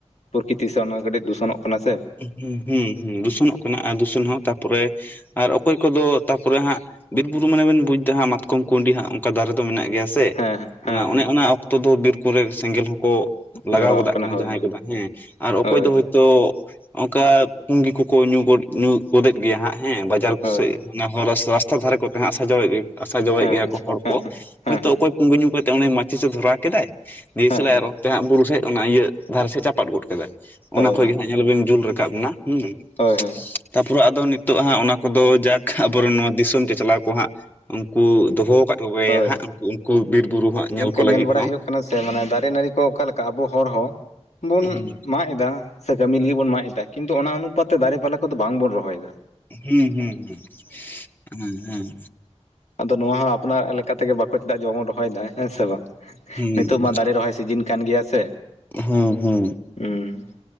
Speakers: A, on the left (about 80°); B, on the left (about 15°).
A: ᱯᱨᱚᱠᱤᱛᱤ ᱥᱮ ᱚᱱᱟ ᱠᱟᱹᱴᱤᱡ ᱫᱩᱥᱚᱱᱚᱜ ᱠᱟᱱᱟ ᱥᱮ᱾
B: ᱦᱩᱸ, ᱦᱩᱸ, ᱫᱩᱥᱚᱱᱚᱜ ᱠᱟᱱᱟ ᱟᱨ ᱫᱩᱥᱚᱱ ᱦᱚᱸ ᱛᱟᱨᱯᱚᱨᱮ, ᱟᱨ ᱚᱠᱚᱭ ᱠᱚᱫᱚ ᱛᱟᱨᱯᱚᱨᱮ ᱦᱟᱸᱜ ᱵᱤᱨ ᱵᱩᱨᱩ ᱢᱟᱱᱮ ᱵᱮᱱ ᱵᱩᱡᱽ ᱫᱟ, ᱦᱟᱸᱜ ᱢᱟᱛᱠᱚᱢ ᱠᱩᱸᱤᱰᱤ ᱦᱟᱸᱜ ᱚᱱᱠᱟ ᱫᱟᱨᱮ ᱫᱚ ᱢᱮᱱᱟᱜ ᱜᱮᱭᱟ ᱥᱮ᱾ ᱛᱮ
A: ᱦᱮᱸ ᱦᱮᱸ
B: ᱚᱱᱟ
A: ᱦᱮᱸ
B: ᱚᱱᱮ ᱚᱱᱟ ᱚᱠᱛᱚ ᱫᱚ, ᱵᱤᱨ ᱠᱚᱨᱮ ᱥᱮᱸᱜᱮᱞ ᱦᱚᱸᱠᱚ ᱞᱟᱜᱟᱣ
A: ᱫᱷᱚᱨᱟᱣᱟᱜ
B: ᱜᱚᱫᱟᱜ ᱠᱟᱱᱟ
A: ᱦᱳᱭ
B: ᱡᱟᱦᱟᱸᱭ
A: ᱦᱳᱭ
B: ᱠᱚᱫᱚ, ᱦᱮᱸ ᱟᱨ ᱚᱠᱚᱭ
A: ᱦᱳᱭ
B: ᱫᱚ ᱦᱳᱭᱛᱳ ᱚᱝᱠᱟ ᱯᱩᱸᱜᱤ ᱠᱚᱠᱚ ᱧᱩ ᱜᱚᱫ ᱧᱩ ᱜᱚᱫᱮᱫ ᱜᱮᱭᱟ, ᱦᱟᱸᱜ ᱦᱮᱸ ᱵᱟᱡᱟᱨ ᱠᱚᱥᱮᱫ
A: ᱦᱳᱭ
B: ᱚᱱᱟ ᱦᱚᱨ ᱨᱟᱥᱛᱟ ᱫᱷᱟᱨᱮ ᱠᱚᱛᱮ, ᱟᱥᱟ ᱡᱟᱣᱟ ᱟᱥᱟ ᱡᱟᱣᱟᱭᱮᱫ
A: ᱦᱮᱸ
B: ᱜᱮᱭᱟ, ᱠᱚ ᱦᱚᱲ
A: ᱦᱮᱸ
B: ᱠᱚ
A: ᱦᱮᱸ ᱦᱮᱸ
B: ᱦᱚᱳᱭᱛᱳ
A: ᱦᱮᱸ ᱦᱮᱸ
B: ᱚᱠᱚᱭ ᱯᱩᱸᱜᱤ ᱧᱩ ᱠᱟᱛᱮᱫ ᱩᱱᱤ ᱢᱟᱪᱤᱥ ᱮ ᱫᱷᱚᱨᱟᱣ ᱠᱮᱫᱟᱭ, ᱫᱮᱣᱥᱟᱞᱟᱭ
A: ᱦᱮᱸ ᱦᱮᱸ
B: ᱟᱨᱚ ᱛᱮ ᱦᱟᱸᱜ ᱵᱷᱩᱞᱛᱮ ᱚᱱᱟ ᱤᱭᱟᱹ ᱫᱷᱟᱨᱮ ᱥᱮᱡ ᱪᱟᱯᱟᱫ ᱜᱚᱫ ᱠᱟᱫᱟᱭ,
A: ᱦᱳᱭ
B: ᱚᱱᱟ ᱠᱷᱚᱡ ᱜᱮ ᱦᱟᱸᱜ ᱧᱮᱞᱚᱵᱮᱱ ᱡᱩᱞ ᱨᱟᱠᱟᱵ ᱱᱟ ᱦᱩᱸ᱾
A: ᱦᱳᱭ ᱦᱳᱭ᱾
B: ᱛᱟᱯᱚᱨᱮ ᱟᱫᱚ ᱱᱤᱛᱚᱜ ᱦᱟᱸᱜ ᱚᱱᱟ ᱠᱚᱫᱚ, ᱡᱟᱠ ᱟᱵᱚᱨᱮᱱ ᱱᱚᱣᱟ ᱫᱤᱥᱚᱢ ᱪᱟᱪᱞᱟᱣ ᱠᱚ ᱦᱟᱸᱜ ᱩᱱᱠᱩ ᱫᱚᱦᱚ ᱟᱠᱟᱫ ᱠᱚᱜᱮᱭᱟ,
A: ᱦᱳᱭ
B: ᱦᱟᱸᱜ ᱩᱱᱠᱩ ᱩᱱᱠᱩ ᱵᱤᱨ ᱵᱩᱨᱩ ᱦᱟᱸᱜ
A: ᱜᱚᱝᱠᱮ
B: ᱠᱚ ᱞᱟᱹᱜᱤᱫ
A: ᱧᱮᱞ ᱵᱟᱲᱟ
B: ᱦᱚᱸ
A: ᱦᱳᱭᱳᱜ ᱠᱟᱱᱟ ᱥᱮ, ᱢᱟᱱᱮ ᱫᱟᱨᱮ ᱱᱟᱹᱲᱤ ᱠᱚ ᱚᱠᱟ ᱞᱮᱠᱟ ᱟᱵᱚ ᱦᱚᱲ ᱦᱚᱸ᱾ ᱵᱩᱱ
B: ᱦᱩᱸ
A: ᱢᱟᱜ ᱮᱫᱟ, ᱥᱮ ᱠᱟᱹᱢᱤ ᱞᱟᱹᱜᱤᱫ ᱵᱩᱱ ᱢᱟᱜ ᱮᱫᱟ᱾ ᱠᱤᱱᱛᱩ ᱚᱱᱟ ᱚᱱᱩᱯᱟᱛᱮ ᱫᱟᱨᱮ ᱯᱟᱞᱟ ᱠᱚᱫᱚ, ᱵᱟᱝᱵᱩᱱ ᱨᱚᱦᱚᱭᱫᱟ᱾
B: ᱦᱩᱸ, ᱦᱩᱸ, ᱦᱩᱸ, ᱦᱮᱸ, ᱦᱮᱸ᱾
A: ᱟᱫᱚ ᱱᱚᱣᱟ ᱦᱚᱸ ᱟᱯᱱᱟᱨ ᱞᱮᱠᱟ ᱛᱮᱜᱮ ᱵᱟᱠᱚ ᱪᱮᱫᱟᱜ ᱡᱮ ᱵᱟᱵᱚᱱ ᱨᱚᱦᱚᱭᱮᱫᱟ᱾ ᱦᱮᱸ ᱥᱮ ᱵᱟᱝ
B: ᱦᱩᱸ
A: ᱱᱤᱛᱚᱜ ᱢᱟ ᱫᱟᱨᱮ ᱨᱚᱦᱚᱭ ᱥᱤᱡᱤᱱ ᱠᱟᱱ ᱜᱮᱭᱟ ᱥᱮ,
B: ᱦᱩᱸ ᱦᱩᱸ
A: ᱦᱩᱸ